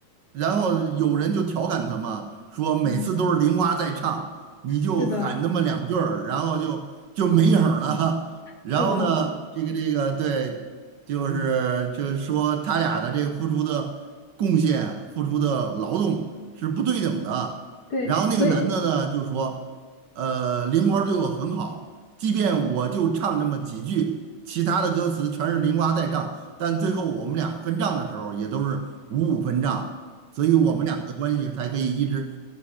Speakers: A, on the right; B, on the left.
A: 然后有人就调侃他嘛，说每次都是玲花在唱，
B: 嗯，
A: 你就喊那么两句儿，
B: 是的，
A: 然后就就没影儿了。然后呢，
B: 是的，
A: 这个这个对，就是就是说他俩的这个付出的贡献、付出的劳动是不对等的。
B: 对，
A: 然后那个男的呢就说，
B: 所以。
A: 呃，玲花对我很好，即便我就唱这么几句，其他的歌词全是玲花在唱，但最后我们俩分账的时候也都是五五分账。所以我们两个关系才可以一直